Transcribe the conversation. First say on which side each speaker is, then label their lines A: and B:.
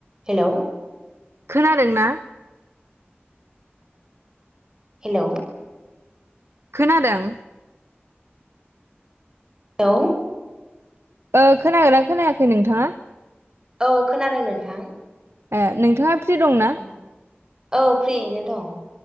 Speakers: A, on the right; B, on the right.
A: Hello
B: खोनादों ना?
A: Hello.
B: खोनादों?
A: लौ।
B: ओ खोनागोना खोनायाखै नोंथाङा?
A: औ खोनादों नोंथां।
B: ए नोंथाङा फ्रि दंना?
A: औ औ फ्रियैनो दं